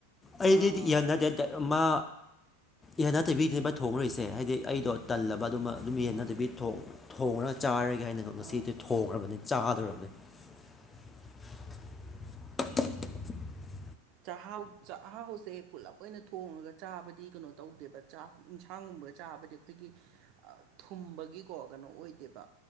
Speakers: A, on the left (about 15°); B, on the right (about 40°).
A: ꯑꯩꯗꯤꯗꯤ
B: ꯑꯥ
A: ꯌꯥꯟꯅꯗꯦꯗ ꯑꯝꯃ ꯌꯥꯟꯅꯗꯕꯤꯗꯅꯦꯕ ꯊꯣꯡꯉꯨꯔꯨꯏꯁꯦ ꯍꯥꯏꯗꯤ ꯑꯩꯗꯣ ꯇꯜꯂꯕ ꯑꯗꯨꯝ ꯑꯗꯨꯝ ꯌꯦꯟꯅꯗꯕꯤ ꯊꯣꯡ ꯊꫭꯡꯉꯒ ꯆꯥꯔꯒꯦ ꯍꯥꯏꯅꯀꯣ ꯉꯁꯤꯗꯤ
B: ꯑꯥ
A: ꯊꯣꯡꯈ꯭ꯔꯕꯅꯦ ꯆꯥ ꯍꯥꯗꫭꯔꯕꯅꯦ
B: <inaudible>
A: <unintelligible>
B: ꯆꯥꯛꯍꯥꯎ ꯆꯥꯛꯍꯥꯎꯁꯦ ꯄꯨꯜꯂꯞ ꯑꯣꯏꯅ ꯊꯣꯡꯉꯒ ꯆꯥꯕꯗꯤ ꯀꯩꯅꯣ ꯇꯧꯗꯦꯕ ꯆꯥꯛ ꯏꯟꯁꯥꯡꯒꯨꯝꯕ ꯒꯨꯝꯕ ꯆꯥꯕꯗꯤ ꯑꯩꯈꯣꯏꯒꯤ ꯊꯨꯝꯕꯒꯤꯀꯣ ꯀꯩꯅꯣ ꯑꯣꯏꯗꯦꯕ